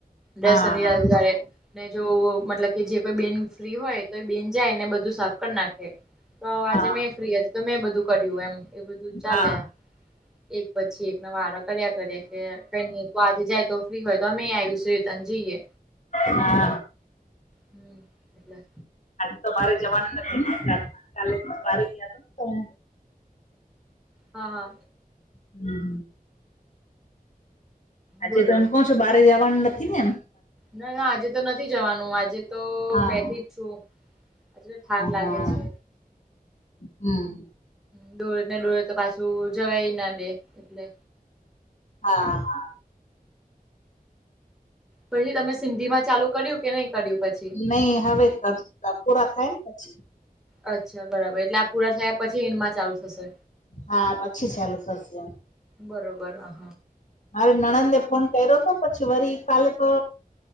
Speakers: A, in the centre; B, on the left (about 50°).
A: દર
B: હા
A: શનિવારે
B: હા
A: રવિવારે. ને જો મતલબ કે જે કોઈ બેન ફ્રી હોય તો બેન જાય ને બ બઘું સાફ કરી નાખે તો આજે
B: હા
A: મેં ફ્રી હતી તો મેં બધું કર્યું એમ. એ બધું ચાલે
B: હા
A: એક. પછી એક ના વારા કર્યા કરે કે કઇક મુકવા આજે જાય તો ફ્રી હોય તો અમે આવીશું રિટન જઈએ.
B: હા.
A: હમ એટલે.
B: તમારે જવાનું નથી ને રાત કાલે બારે ગયા તા હું.
A: હા હા.
B: હમ હમ. આજે
A: બોલો
B: તો એમ કઉ છુ બારે જવાનું નથી ને એમ.
A: ના ના આજે તો નથી જવાનું આજે તો
B: હા
A: બેઠી જ છું. આજે ઠાક લાગે
B: હા
A: છે.
B: હમ
A: ડોળે ને ડોળે તો પાછું જવાય ના દે એટલે.
B: હા હા.
A: પછી તમે સિંધીમાં ચાલુ કર્યું કે નઈ કર્યું પછી?
B: નઈ હવે કરશું તો પૂરા થાય ને પછી.
A: અચ્છા બરાબર, એટલે આ પૂરા થયા પછી એનમાં ચાલુ થશે.
B: હા, પછી ચાલુ થશે એમ.
A: બરોબર અહ.
B: મારે નણંદે ને ફોન કર્યો તો પછી વરી કાલે તો